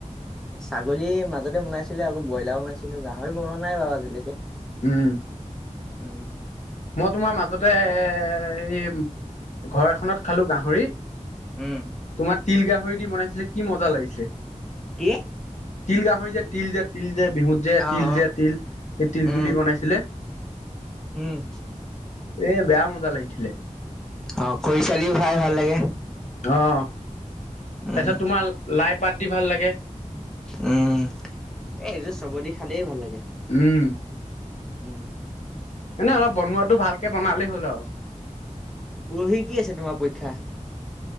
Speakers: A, in the centre; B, on the left.
A: ছাগলী মাজতে বনাইছিলো। আকৌ ব্ৰইলাৰো বনাইছিলো গাহৰি বনোৱা নাই বাৰু আজিলৈকে।
B: উম।
A: উম।
B: মই তোমাৰ মাজতে এ এই ঘৰ এখনত খালোঁ গাহৰি।
A: উম।
B: তোমাৰ তিল গাহৰি দি বনাইছিলে কি মজা লাগিছে।
A: কি?
B: তিল গাহৰি যে, তিল যে, তিল যে, বিহুত যে,
A: অ
B: তিল
A: অ
B: যে, তিল সেই তিলটো
A: উম
B: দি বনাইছিলে।
A: উম।
B: এ বেয়া মজা লাগিছিলে।
A: অঁ! খৰিচা দিওঁ খাই ভাল লাগে।
B: অঁ!
A: উম
B: তাৰপিছত তোমাৰ লাই পাত দি ভাল লাগে।
A: উম! এ এইযোৰ চবে দি খালেই ভাল লাগে।
B: উম!
A: উম।
B: এনে, অলপ বনোৱাটো ভালকে বনালেই হ'ল আৰু।
A: পৰহি কি আছে, তোমাৰ পৰীক্ষা?